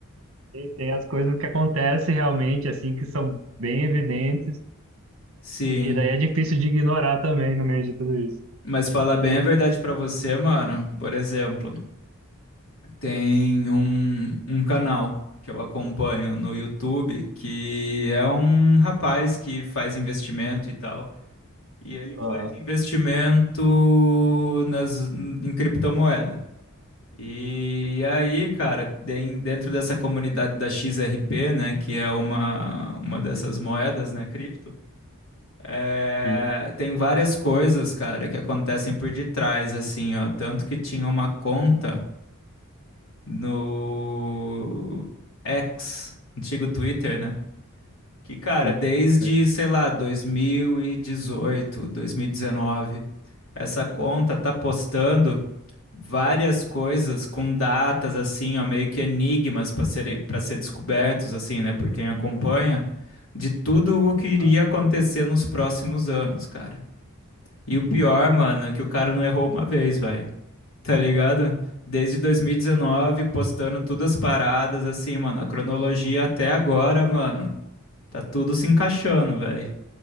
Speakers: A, on the right; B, on the left.
A: tem as coisas que acontecem realmente, assim, que são bem evidentes,
B: sim.
A: e daí é difícil de ignorar também no meio de tudo isso.
B: Mas falar bem a verdade pra você, mano. Por exemplo, tem um, um canal que eu acompanho no YouTube que é um rapaz que faz investimento e tal. E ele faz
A: Aham,
B: investimento nas, em criptomoeda. E aí, cara, den- dentro dessa comunidade da XRP, né, que é uma, uma dessas moedas, né, cripto, é,
A: sim,
B: tem várias coisas, cara, que acontecem por detrás, assim, ó. Tanto que tinha uma conta no X, antigo Twitter, né? Que, cara,
A: sim.
B: desde,
A: sei.
B: sei lá, dois dois mil mil e dezoito, dois mil e dezenove, essa conta tá postando várias coisas com datas, assim, ó, meio que enigmas para serem, para ser descobertos, assim, né, por quem acompanha, de tudo o que iria
A: Ah,
B: acontecer nos próximos anos, cara. E o pior, mano, é que o cara não errou uma vez, vai. Tá ligado? Desde 2019, postando todas as paradas, assim, mano, a cronologia até agora, mano. Tá tudo se encaixando, velho.